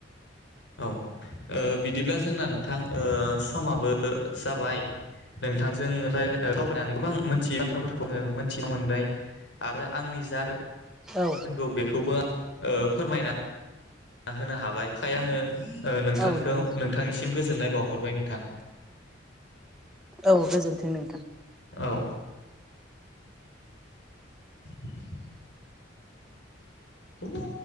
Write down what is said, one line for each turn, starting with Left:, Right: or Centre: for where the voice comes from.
Left: औ बिदिब्ला जोंना नोंथां औ समाबो जाबाय नोंथांजों रायाय सावरायनानै गोबां मोनथियै बाथ्राफोरखौ आङो मोनथिनो मोनबाय आरो आंनि जा
Centre: औ
Left: नंगौ बेखौबो फोरमायना होनो हाबाय खाय आङो
Centre: औ
Left: नोंथांखौ
Centre: नंगौ नोंथां
Left: नोंथांनिसिम गोजोननाय बाव हरबाय नोंथां
Centre: औ गोजोनथों नोंथां
Left: औ <unintelligible> बिनो